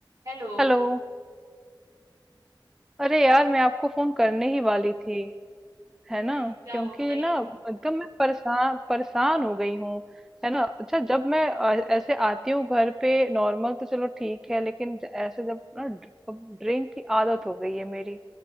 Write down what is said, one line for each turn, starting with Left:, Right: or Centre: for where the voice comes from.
Right: Hello
Centre: Hello अरे यार मैं आपको फोन करने ही वाली थी
Right: हम्म
Centre: है ना
Right: क्या
Centre: क्योंकि
Right: हुआ बताइए
Centre: ना एकदम मैं परेशान परेशान हो गई हूँ है ना अच्छा जब मैं अ, ऐसे आती हूँ घर पे नॉर्मल तो चलो ठीक है लेकिन ज- ऐसे जब ना ड्रिंक की आदत हो गई है मेरी